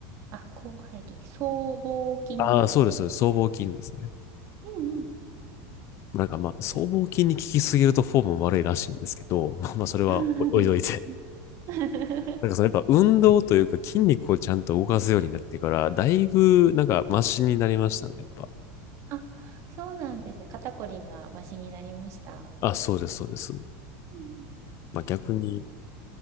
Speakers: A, on the right; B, on the left.
A: あ、広背筋。僧帽筋とかっていう。
B: ああ、そうです。僧帽筋ですね。
A: うん
B: なんかまあ、僧帽筋に効きすぎるとフォーム悪いらしいんですけど、まあまあそれはお置いといて。
A: うん。<laughs>
B: なんかそのやっぱ運動というか筋肉をちゃんと動かすようになってから、だいぶなんかマシになりましたね、やっぱ。
A: あ、そうなんですね。肩こりがマシになりました。
B: あ、そうです、そうです。
A: うん
B: まあ逆に